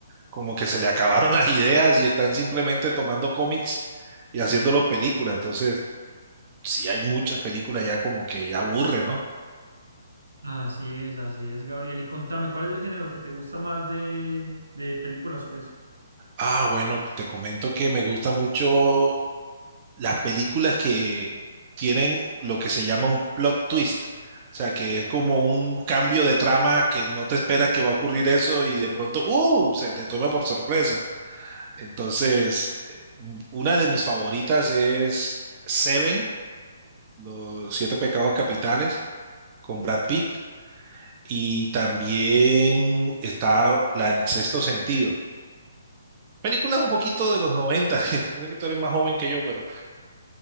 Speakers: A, on the right; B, on the right.
A: como que se le acabaron <laughs> las ideas y están simplemente tomando cómics y haciéndolos películas. Entonces, sí hay muchas películas ya como que aburre, ¿no?
B: Así es, así es, Gabriel. Y contame, ¿cuál es el género que te gusta más de, de películas, pues?
A: Ah, bueno, te comento que me gustan mucho las películas que tienen lo que se llama un plot twist. O sea, que es como un cambio de trama que no te esperas que va a ocurrir eso y de pronto, ¡uh! O sea, te toma por sorpresa. Entonces, eh, una de mis favoritas es Seven, los siete pecados capitales. con Brad Pitt. Y también está la, El Sexto Sentido. Películas un poquito de los 90. <laughs> sé que tú eres más joven que yo, pero,